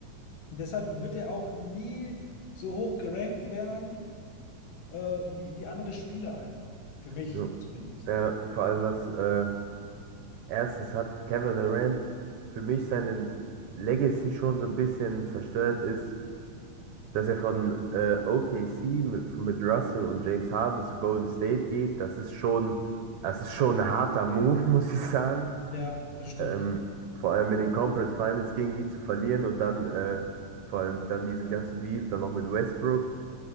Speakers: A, on the left; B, on the right.
A: deshalb wird er auch nie so hoch gerankt werden, äh, wie, wie andere Spieler einfach, für mich
B: So.
A: zumindest.
B: Ja, vor allem was, äh, erstens hat Kevin Durant für mich seine Legacy schon so ein bisschen zerstört ist dass er von äh, OKC mit, mit Russell und James Harden zu Golden State geht, das ist schon, das ist schon ein harter Move, <laughs> muss ich sagen.
A: Ja, das stimmt.
B: Ähm, vor allem in den Conference Finals gegen die zu verlieren und dann äh, vor allem dann diesen ganzen Beef dann noch mit Westbrook.